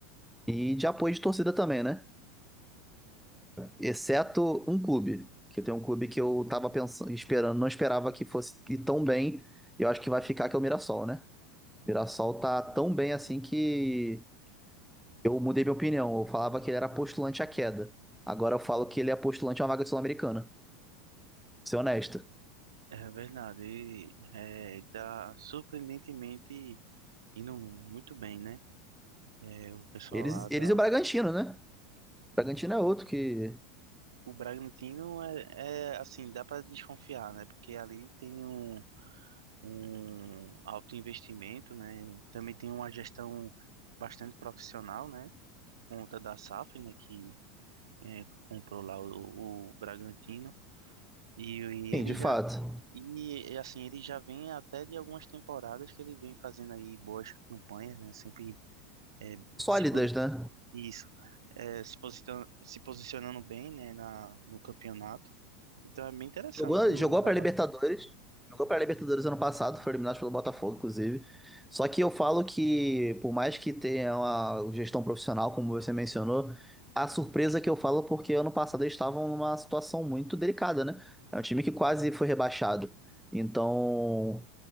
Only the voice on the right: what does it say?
É verdade, ele é, tá surpreendentemente indo muito bem, né? É, o pessoal
lá tá.
O Bragantino é, é assim, dá para desconfiar, né? Porque ali tem um, um alto investimento, né? Também tem uma gestão bastante profissional, né? Por conta da SAF, né? Que é, comprou lá o, o Bragantino. E, e
ele
já.
E assim, ele já vem até de algumas temporadas que ele vem fazendo aí boas campanhas, né? Sempre é,
se, posi-
isso, é, se, posicionando, se posicionando bem, né, na, no campeonato. Então é bem interessante
o
trabalho.